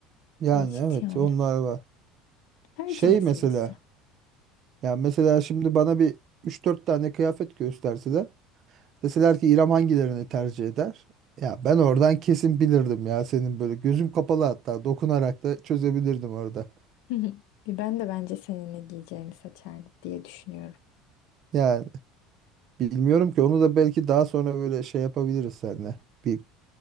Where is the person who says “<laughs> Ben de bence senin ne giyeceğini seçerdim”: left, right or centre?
Left